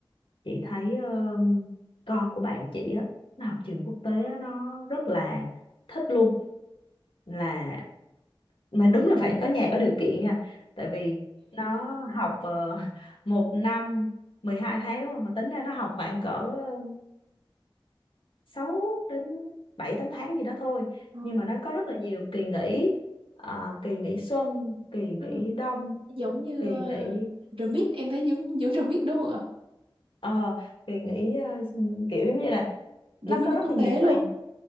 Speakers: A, on the left; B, on the right.
A: chị thấy ờ, con của bạn chị á nó học trường quốc tế á, nó rất là thích luôn là mà đúng là phải có nhà có điều kiện nha tại vì nó học ờ, <laughs> một năm 12 tháng đúng không mà tính ra nó học khoảng cỡ ờ, 6 đến 7 8 tháng gì đó thôi
B: ờ,
A: nhưng mà nó có rất là nhiều kỳ nghỉ Ờ, kỳ nghỉ xuân kỳ nghỉ
B: ừ.
A: đông
B: Giống như
A: kỳ nghỉ
B: uh, remix em thấy giống giống remix đúng không ạ?
A: ờ, kỳ nghỉ ờ, kiểu giống như là
B: Giống
A: nó
B: như
A: có rất
B: quốc
A: là
B: tế
A: nhiều
B: luôn.
A: thời